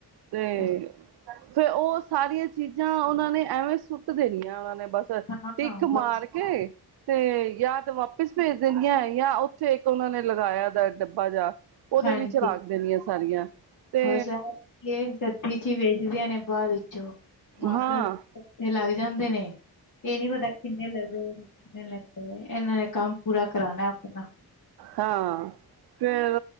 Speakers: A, on the right; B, on the left.
A: ਤੇ
B: ਹੂੰ
A: ਫਿਰ ਉਹ ਸਾਰੀਆਂ ਚੀਜ਼ਾਂ ਉਹਨਾਂ ਨੇ ਐਵੇਂ ਸੁੱਟ ਦੇਣੀਆਂ ਉਹਨਾਂ ਨੇ। ਬਸ
B: ਅੱਛਾ
A: ਟਿੱਕ
B: ਹਾਂ
A: ਮਾਰ
B: ਬਸ
A: ਕੇ ਤੇ ਜਾ ਤਾਂ ਵਾਪਿਸ ਭੇਜ ਦੇਣੀ ਜਾਂ ਉੱਥੇ ਇੱਕ ਉਹਨਾਂ ਨੇ ਲਗਾਇਆ ਦਾ ਡੱਬਾ ਜਾ, ਉਹਦੇ
B: ਹਾਂਜੀ
A: ਵਿੱਚ ਰੱਖ ਦੇਣੀਆਂ ਸਾਰੀਆਂ। ਤੇ
B: ਬਸ ਐ ਕਿ ਰੱਦੀ ਚ ਵੇਚਦੀਆਂ ਨੇ। ਬਾਅਦ ਵਿੱਚੋਂ ਮਾਂ
A: ਹਾਂ
B: ਪਿਓ ਦੇ <unintelligible> ਲੱਗ ਜਾਂਦੇ ਨੇ। ਇਹ ਨੀ ਪਤਾ ਕਿੰਨੇ ਲੱਗਦੇ ਕਿੰਨੇ ਲੱਗ ਇਹਨਾਂ ਨੇ ਕੰਮ ਪੂਰਾ ਕਰਾਣਾ ਆਪਣਾ
A: ਹਾਂ ਫੇਰ